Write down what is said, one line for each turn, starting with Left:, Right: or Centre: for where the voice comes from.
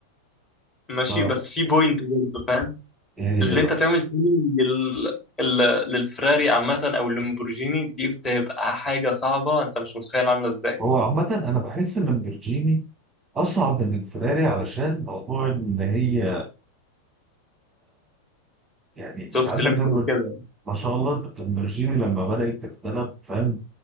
Left: ماشي
Right: ف-
Left: بس في بوينت برضه
Right: ايه
Left: اللي
Right: هي بقى؟
Left: انت تعمل تيمينج لل... لل- للفراري عامة او اللامبورجيني دي بتبقى حاجة صعبة انت مش متخيل عاملة ازاي
Right: هو عامة انا بحس ان البرجيني اصعب من الفراري علشان موضوع ان هي يعني
Left: سوفت
Right: انت عندك
Left: ليميت
Right: لما
Left: وكده
Right: ما شاء الله اللامبرجيني لما بدات تتبنى فاهم